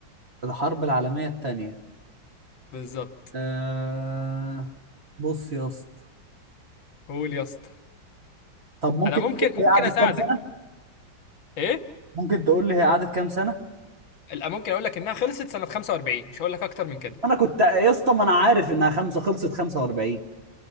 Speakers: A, on the right; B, on the left.
A: الحرب العالمية التانية
B: بالظبط
A: آه بص يا اسطى
B: قول يا اسطى
A: طب ممكن
B: انا ممكن
A: تقول لي هي
B: ممكن
A: قعدت
B: اساعدك
A: كام سنة؟
B: ايه
A: ممكن تقول لي هي قعدت كام سنة؟
B: لا ممكن اقول لك انها خلصت سنه 45 مش هقول لك اكتر من كده
A: انا كنت يا اسطى ما انا عارف انها خمسة خلصت 45